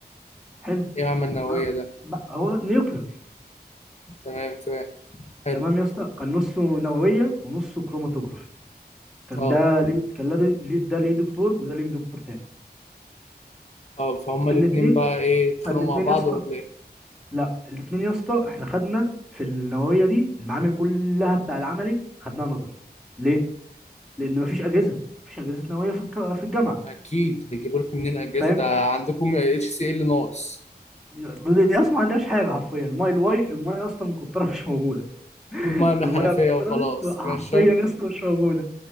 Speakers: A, in the centre; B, on the left.
A: حلو
B: ايه عمل النووية
A: ما-
B: ده
A: ما- هو نيوكلير
B: تمام فاهم حلو
A: تمام يا اسطى كان نصه نوويه ونصه كروماتوجرافي كان
B: اه
A: ده ليه كان ده ليه ده ليه دكتور وده ليه دكتور تاني
B: اه فهم الاتنين
A: فالاثنين
B: بقى ايه يتخانقوا
A: فالاثنين
B: مع بعض
A: يا اسطى
B: ولا ايه
A: لا الاثنين يا اسطى احنا خدنا في النوويه دي المعامل كلها بتاع العملي خدناها نظري ليه؟ لان مفيش اجهزه مفيش اجهزه نوويه في الك- في الجامعه
B: اكيد هيجيبوا لكم منين اجازة
A: فاهم؟
B: ده عندكم اتش سي ال ناقص
A: يا اسطى ما عندهاش حاجه حرفيا الماء الواي المايه يا اسطى المقطره مش موجوده
B: خد ميه من الحنفية
A: المايه المقطره
B: وخلاص
A: مش حرفيا
B: مش
A: يا اسطى مش موجوده